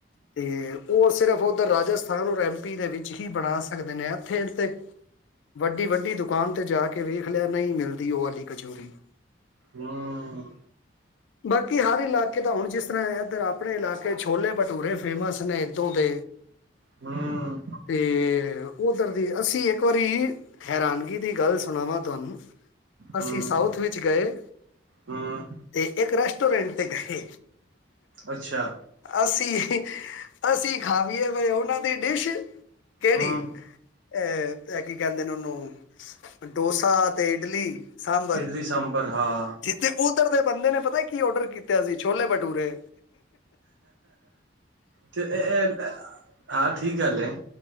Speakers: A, on the left (about 80°); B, on the right (about 75°).
A: ਤੇ ਉਹ ਸਿਰਫ ਉੱਧਰ ਰਾਜਸਥਾਨ ਰਹਮ ਦੇ ਵਿੱਚ ਹੀ ਬਣਾ ਸਕਦੇ ਨੇ ਇੱਥੇ ਵੱਡੀ-ਵੱਡੀ ਦੁਕਾਨ ਤੇ ਜਾ ਕੇ ਵੇਖ ਲਿਆ ਨਹੀਂ ਮਿਲਦੀ ਉਹ ਵਾਲੀ ਕਚੋਰੀ
B: ਹਾਂ,
A: ਬਾਕੀ ਹਰ ਇਲਾਕੇ ਦਾ ਹੁਣ ਜਿਸ ਤਰ੍ਹਾਂ ਇੱਧਰ ਆਪਣੇ ਇਲਾਕੇ ਛੋਲੇ ਭਟੂਰੇ ਫੇਮਸ ਨੇ ਇੱਦੋਂ ਦੇ
B: ਹਮ
A: ਤੇ ਉਧਰ ਅਸੀਂ ਇੱਕ ਵਾਰੀ ਹੈਰਾਨਗੀ ਦੀ ਗੱਲ ਸੁਣਾਵਾਂ ਤੁਹਾਨੂੰ ਅਸੀਂ
B: ਹਮ
A: ਸਾਊਥ ਵਿੱਚ ਗਏ
B: ਹਮ
A: ਤੇ ਇੱਕ ਰੈਸਟੋਰੈਂਟ ਤੇ ਗਏ
B: ਅੱਛਾ
A: ਅਸੀਂ -ਅਸੀਂ ਖਾਵੀਏ ਵੀ ਉਹਨਾਂ ਤੇ ਡਿਸ਼ ਕਿਹੜੀ?
B: ਹਮ
A: ਅਹ ਇਹ ਕੀ ਕਹਿੰਦੇ ਨੇ ਉਹਨੂੰ, ਡੋਸਾ ਤੇ ਇਡਲੀ ਸਾਂਬਰ,
B: ਇਡਲੀ ਸਾਂਬਰ ਹਾਂ
A: ਤੇ ਤੇ ਉਧਰ ਦੇ ਬੰਦੇ ਨੇ ਪਤਾ ਕੀ ਔਡਰ ਕੀਤਾ ਸੀ, ਛੋਲੇ ਭਟੂਰੇ
B: ਤੇ <inaudible> ਹਾਂ ਠੀਕ ਗੱਲ ਹੈ